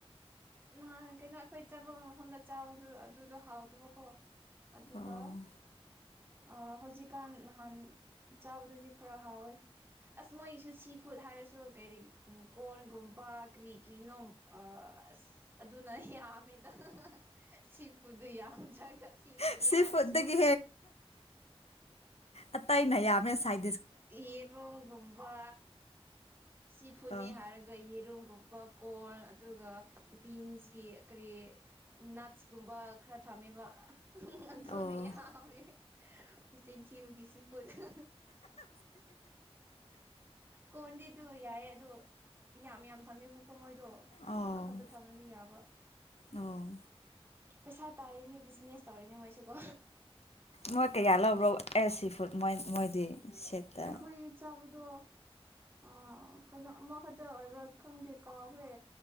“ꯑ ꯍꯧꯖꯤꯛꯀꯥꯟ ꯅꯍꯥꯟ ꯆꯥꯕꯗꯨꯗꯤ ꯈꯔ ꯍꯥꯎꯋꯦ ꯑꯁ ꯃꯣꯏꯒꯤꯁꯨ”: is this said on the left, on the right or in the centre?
Right